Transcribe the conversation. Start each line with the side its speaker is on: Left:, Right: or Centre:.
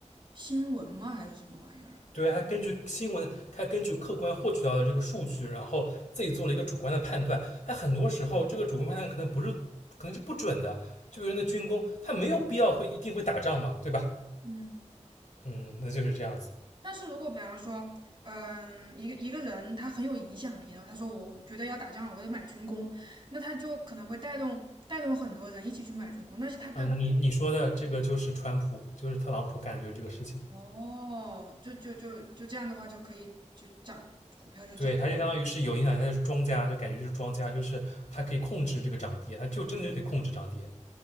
Right: 新闻吗还是什么玩意儿啊？
Left: 对，他根据新闻，他根据客观获取到的这个数据，然后自己做了一个主观的判断。但很多时候，这个主观判断可能不是，可能是不准的。就比如那军工，他没有必要会一定会打仗嘛，对吧？
Right: 嗯。
Left: 嗯，那就是这样子。
Right: 但是如果比方说，嗯，一个一个人他很有影响力，然后他说我觉得要打仗，我得买军工，那他就可能会带动带动很多人一起去买军工，那是他他就
Left: 嗯，你你说的这个就是川普，就是特朗普感觉这个事情，
Right: 哦，就就就就这样的话就可以就涨，股票就涨，
Left: 对，他就相当于是有影响，他就是庄家，就感觉就是庄家，就是他可以控制这个涨跌，他就真的就可以控制涨跌